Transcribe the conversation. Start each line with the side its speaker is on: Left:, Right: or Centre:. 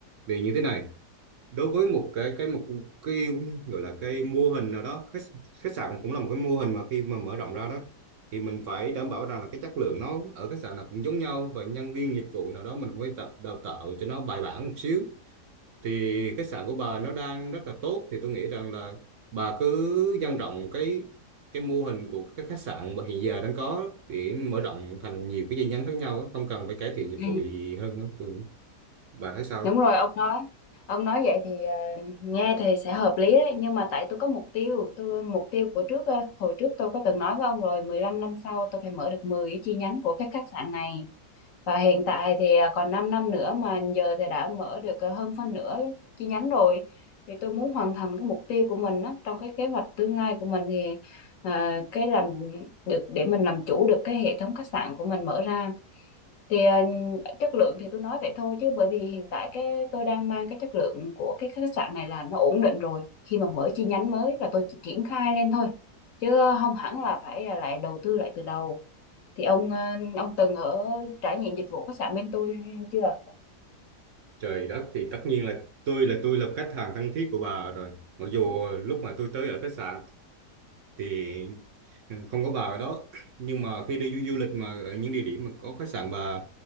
Right: vì như thế này đối với một cái cái một cái gọi là cái mô hình nào đó khách, khách sạn cũng là một cái mô hình mà khi mà mở rộng ra đó thì mình phải đảm bảo rằng là cái chất lượng nó ở khách sạn nào cũng giống nhau và nhân viên dịch vụ nào đó mình cũng phải tập đào tạo cho nó bài bản một xíu thì khách sạn của bà nó đang rất là tốt thì tôi nghĩ rằng là bà cứ nhân rộng cái cái mô hình của cái khách sạn mà hiện giờ đang có để mở rộng thành nhiều cái chi nhánh khác nhau á, không cần phải cải thiện dịch
Left: Ừ.
Right: vụ gì hơn nữa ừ. bà thấy sao
Left: Đúng rồi, ông nói ông nói vậy thì à, nghe thì sẽ hợp lý đấy nhưng mà tại tôi có mục tiêu tôi mục tiêu của trước à, hồi trước tôi có từng nói với ông rồi 15 năm sau tôi phải mở được 10 cái chi nhánh của cái khách sạn này và hiện tại thì à, còn 5 năm nữa mà giờ thì đã mở được à, hơn phân nửa chi nhánh rồi thì tôi muốn hoàn thành cái mục tiêu của mình á trong cái kế hoạch tương lai của mình thì à, cái làm được để mình làm chủ được cái hệ thống khách sạn của mình mở ra thì ờ, chất lượng thì tôi nói vậy thôi chứ bởi vì hiện tại cái tôi đang mang cái chất lượng của cái khách sạn này là nó ổn định rồi khi mà mở chi nhánh mới là tôi chỉ triển khai lên thôi chứ ờ, không hẳn là phải ờ, lại đầu tư lại từ đầu thì ông ờ, ông từng ở trải nghiệm dịch vụ khách sạn bên tôi chưa
Right: Trời đất thì tất nhiên là tôi là tôi là khách hàng thân thiết của bà rồi. Mặc dù lúc mà tôi tới ở khách sạn thì không có bà ở đó, nhưng mà khi đi du, du lịch mà ở những địa điểm mà có khách sạn bà